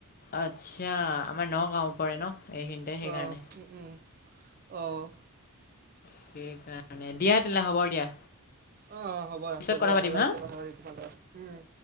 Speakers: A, on the left; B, on the right.
A: আচ্ছা আমাৰ নগাঁও পৰে ন। এইখিনিতে সেইকাৰণে
B: অহ উম উম অহঁ।
A: সেইকাৰণে দিয়া তেনে হ'ব দিয়া।
B: অ হ'ব ৰাখো
A: পিছত কথা
B: দিয়া
A: পাতিম
B: ভাল লাগিছে
A: হা
B: কথাপাতি তোমাৰ লগত উম।